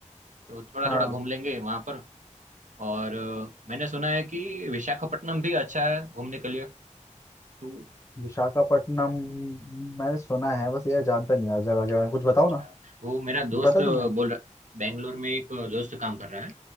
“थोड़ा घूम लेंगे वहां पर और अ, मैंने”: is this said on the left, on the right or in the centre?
Right